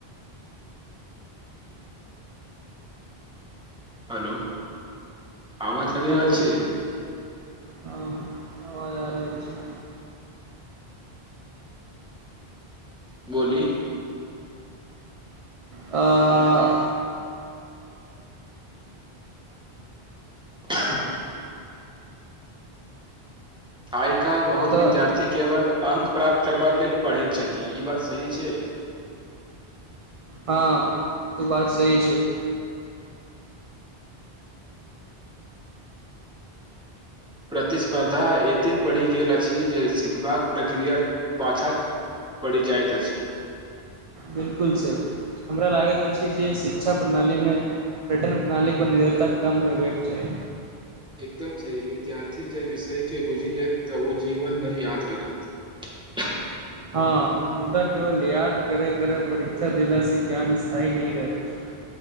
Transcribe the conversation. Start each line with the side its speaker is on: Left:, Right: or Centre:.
Centre: हेलो आवाज आवि
Right: हेलो
Centre: रहल छै
Right: हँ आवाज आ रहल छै
Centre: बोली
Right: आंं
Centre: <unintelligible> आइ काल्हि बहुत
Right: तऽ
Centre: विद्यार्थी केवल अंक प्राप्त करबाक लेल पढ़ैत छथि ई बात सही छै
Right: हँ त बात सही छै
Centre: प्रतिस्पर्धा एतेक बढ़ि गेल अछि जे सिखबाक प्रक्रिया पाछाँ पड़ी जायइत अछि
Right: बिल्कुल सही हमरा लागैत अछि जे शिक्षा प्रणालीमे ब्रिटन प्रणाली पर निर्धरीता काम होयबाक चाही
Centre: एकदम सही विद्यार्थी जे विषय के बुझि लेल तऽ ओ जीवन भरि याद रखल <inaudible>
Right: हँ मुदा केवल याद करे-करे परीक्षा देलासे ज्ञान स्थायी नहि रहैत अछि